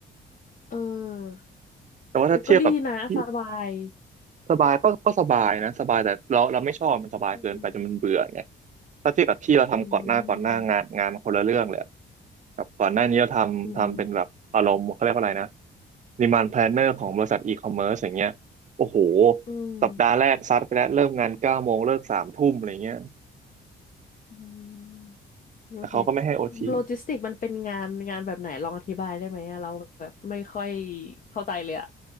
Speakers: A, on the left; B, on the right.
A: เออ
B: แต่ว่าถ้าเทียบกับที่
A: แต่ก็ดีนะสบาย
B: สบายก็ก็สบายนะสบายแต่เราเราไม่ชอบมันสบายเกินไปจนมันเบื่อไง
A: อืม
B: ถ้าเทียบกับที่เราทำก่อนหน้าก่อนหน้างานงานมันคนละเรื่องเลย
A: อืม
B: กับก่อนหน้านี้เราทำทำเป็นแบบอารมณ์เขาเรียกว่าอะไรนะ
A: อืม
B: demand planner ของบริษัทอีคอมเมิร์อย่างเงี้ยโอ้โห
A: อืม
B: สัปดาห์แรกซัดไปแล้วเริ่มงานเก้าโมงเลิกสามทุ่มอะไรเงี้ย
A: อืมโอเค
B: แต่เขาก็ไม่ให้โอที
A: โลจิสติกมันเป็นงานงานแบบไหนลองอธิบายได้ไหมอะเราแบบไม่ค่อยเข้าใจเลยอะ